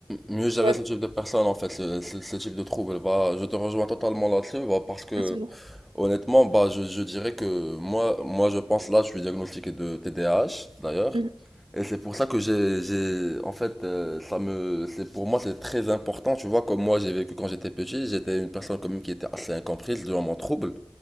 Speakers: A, in the centre; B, on the right (about 75°).
A: Mieux gérer
B: Ouais,
A: ce type de personnes en fait, ce, ce- ce type de trouble. Bah, je te rejoins totalement là-dessus, bah, parce que
B: absolument.
A: honnêtement, bah, je, je dirais que moi, moi, je pense là, je suis diagnostiqué de TDAH d'ailleurs,
B: Mhm,
A: et c'est pour ça que j'ai, j'ai, en fait, euh, ça me, c'est pour moi, c'est très important. Tu vois, comme moi, j'ai vécu quand j'étais petit, j'étais une personne comme qui était assez incomprise durant mon trouble.